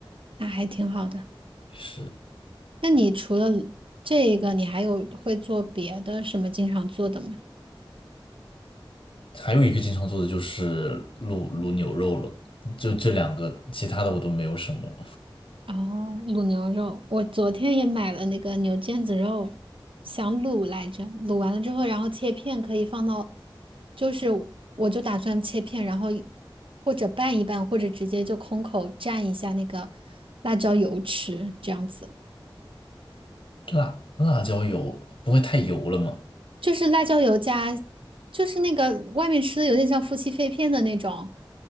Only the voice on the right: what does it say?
那还挺好的。
那你除了这个，你还有会做别的什么经常做的吗？
哦，卤牛肉，我昨天也买了那个牛腱子肉，想卤来着，卤完了之后，然后切片可以放到，就是我就打算切片，然后一或者拌一拌，或者直接就空口蘸一下那个辣椒油吃，这样子，
就是辣椒油加，就是那个外面吃的有点像夫妻肺片的那种，